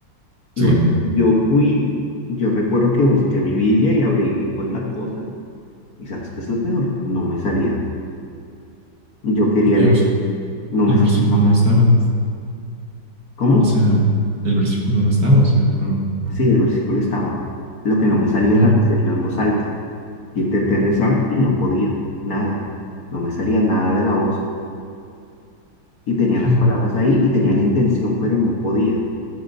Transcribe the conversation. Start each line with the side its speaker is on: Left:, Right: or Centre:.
Left: Y
Right: sí.
Left: bueno, yo fui, yo recuerdo que busqué mi Biblia y abrí pues la cosa. ¿Y sabes qué es lo peor? No me salía. Yo quería
Right: Eh,
Left: leer,
Right: o sea,
Left: no
Right: el
Left: me
Right: versículo
Left: salía
Right: no
Left: nada.
Right: estaba.
Left: ¿Cómo?
Right: O sea, el versículo no estaba, o sea, no. no.
Left: Sí, el versículo estaba. Lo que no me salía
Right: Ah,
Left: era decirlo en voz alta. Intenté rezar y no podía. Nada. No me salía nada de la voz. Y tenía
Right: okay.
Left: las palabras ahí y tenía la intención, pero no podía.